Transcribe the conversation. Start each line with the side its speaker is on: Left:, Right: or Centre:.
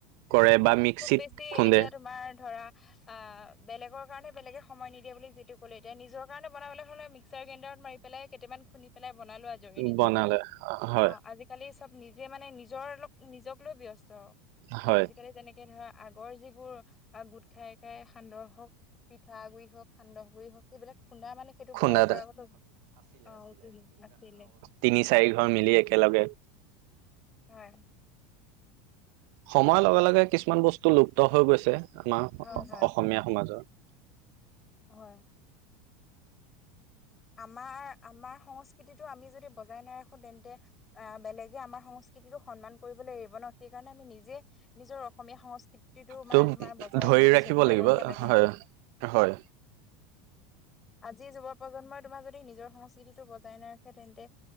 Right: কৰে বা মিক্সিত
Left: খুব বেছি
Right: খুন্দে
Left: এতিয়া তোমাৰ ধৰা, আঁহ বেলেগৰ কাৰণে, বেলেগে সময় নিদিয়ে বুলি যিটো, ক'লে এতিয়া। নিজৰ কাৰণ বনাবলৈ হ'লে মিক্সাৰ গ্ৰেণ্ডাৰত মাৰি পেলাই কেইটামান <unintelligible> পেলাই বনালো আজৰি নিজৰ
Right: বনালে
Left: কাৰণে আজি।
Right: হয়
Left: আজিকালি চব নিজে মানে নিজৰ লগ নিজক লৈ ব্যস্ত
Right: হয়
Left: আজিকালি তেনেকে ধৰা আগৰ যিবোৰ গোট খাই খাই সান্দহ হওক, পিঠা গুৰি হওক, সান্দহ গুৰি হওক সেইবিলাক খোন্দা মানে সেইটো
Right: খুন্দাত
Left: পৰম্পৰাগতড অঁহ <unintelligible> আছিলে।
Right: তিনি-চাৰি ঘৰ মিলি একেলগে।
Left: হয়।
Right: সময়ৰ লগে-লগে কিছুমান বস্তু লুপ্ত হৈ গৈছে আমাৰ
Left: হয় হয়
Right: অসমীয়া সমাজৰ।
Left: হয়। আমাৰ আমাৰ সংস্কৃতিটো আমি যদি বজাই নাৰাখো তেন্তে আহ বেলেগে আমাৰ সংস্কৃতিটোক সন্মান কৰিবলৈ এৰিব ন'। সেইকাৰণে আমি নিজে নিজৰ অসমীয়া সংস্কৃ তিটো
Right: ত'
Left: মানে তোমাৰ বজাই
Right: ধৰি
Left: ৰাখিবলৈ
Right: ৰাখিব
Left: চেষ্টা
Right: লাগিব
Left: কৰিব লাগে।
Right: হয় হয়
Left: আজি যুৱ প্ৰজন্মই তোমাৰ যদি নিজৰ সংস্কৃতিটো বজাই নাৰাখে তেন্তে